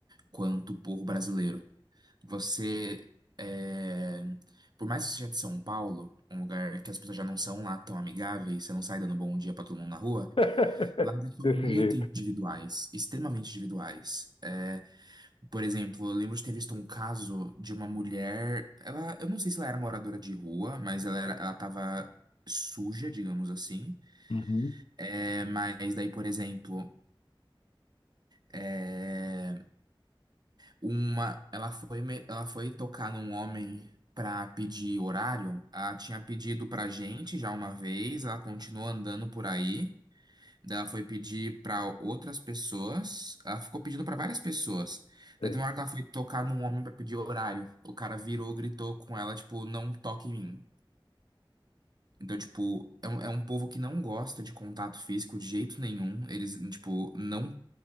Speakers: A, on the right; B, on the left.
A: quanto o povo brasileiro. Você, é, por mais que seja de São Paulo, um lugar que as pessoas já não são lá tão amigáveis, você não sai dando bom dia pra todo mundo na rua,
B: <laughs>
A: lá eles são
B: Desse
A: muito
B: jeito.
A: individuais, extremamente individuais. É, por exemplo, eu lembro de ter visto um caso de uma mulher, ela, eu não sei se ela era moradora de rua, mas ela era, ela tava suja, digamos assim.
B: Uhum,
A: É, mas daí, por exemplo, é, Uma, ela foi, me- ela foi tocar num homem pra pedir horário. Ela tinha pedido pra gente já uma vez, ela continuou andando por aí. Daí ela foi pedir pra outras pessoas. Ela ficou pedindo pra várias pessoas.
B: sei.
A: Daí tem uma hora que ela foi tocar num homem pra pedir horário. O cara virou, gritou com ela, tipo, não toque em mim. Então, tipo, é um, é um povo que não gosta de contato físico de jeito nenhum. Eles, tipo, não,